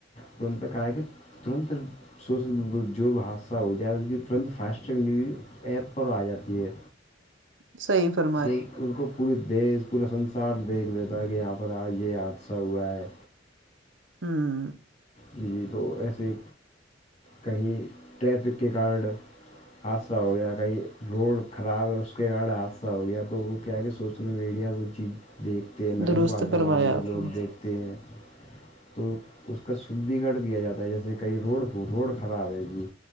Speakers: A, on the left; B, on the right.
A: تو ان پہ کہا ہے کہ <unintelligible> ترنت سوشل میڈیا جو بھی حادثہ ہو جائے کی ترنت فاسٹ ٹیک نیوز ایپ پر آ جاتی ہے
B: صحیح فرما
A: سے ان کو پورے دیش پورا سنسار دیکھ لیتا ہے کہ یہاں پر آج یہ حادثہ ہوا ہے
B: ہوں
A: جی جی تو ایسے کہیں ٹریفک کے کارن حادثہ ہو گیا کہیں روڈ خراب ہے اس کے کارں حادثہ ہو گیا تو وہ کیا کہ سوش سوشل میڈیا وہ چیز دیکھتے ہیں نگر
B: درست
A: پالکا
B: فرمایا
A: والے بھی
B: آپ
A: لوگ
B: نے
A: دیکھتے دکھتے ہے کا سدی گڑھ کیا جاتا ہے جیسے کہیں روڈ روڈ خراب ہے جی